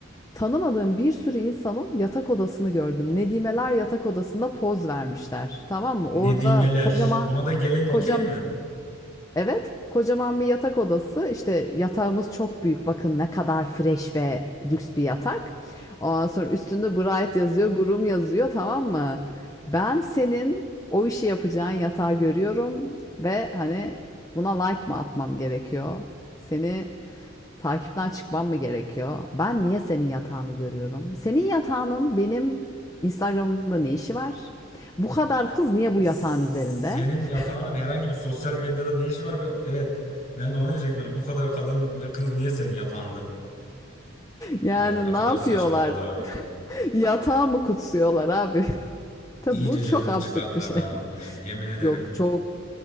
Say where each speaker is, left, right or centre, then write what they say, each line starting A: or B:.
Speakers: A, on the left; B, on the left.
A: tanımadığım bir sürü insanın yatak odasını gördüm. Nedimeler yatak odasında poz vermişler tamam mı?
B: nedimeler.
A: Orada kocaman
B: Buna da gelin okey
A: kocam
B: mi?
A: Evet, kocaman bir yatak odası. İşte yatağımız çok büyük. Bakın ne kadar fresh ve lüks bir yatak. Ondan sonra üstünde Bright yazıyor, Groom yazıyor, tamam mı? Ben senin o işi yapacağın yatağı görüyorum ve hani buna like mı atmam gerekiyor? Seni takipten çıkmam mı gerekiyor? Ben niye senin yatağını görüyorum? Senin yatağının benim Instagram'da ne işi var? Bu kadar kız niye bu
B: Senin
A: yatağın üzerinde? <laughs>
B: yatağının herhangi bir sosyal medyada ne işi var? Be? Evet. Ben de onu diyecektim. Yani bu kadar kadın ve kız niye senin yatağında?
A: Yani
B: Ya ne kadar
A: ne yapıyorlar?
B: saçmaladılar ya.
A: Yatağı mı kutsuyorlar abi? <laughs> Tabi
B: İyice
A: bu çok
B: cılkını
A: absürt
B: çıkardılar
A: bir şey.
B: ha
A: <laughs>
B: bu işin. Yemin ederim.
A: Yok çok